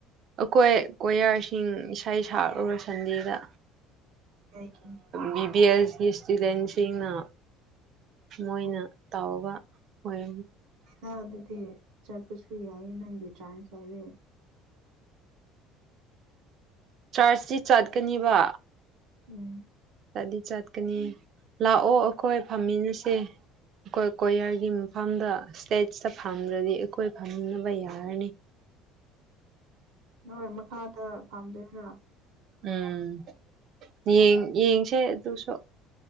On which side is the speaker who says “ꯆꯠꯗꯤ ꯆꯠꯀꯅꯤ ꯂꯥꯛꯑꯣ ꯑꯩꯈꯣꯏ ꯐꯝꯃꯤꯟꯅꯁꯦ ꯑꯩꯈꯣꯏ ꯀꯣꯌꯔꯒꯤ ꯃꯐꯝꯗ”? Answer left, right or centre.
Right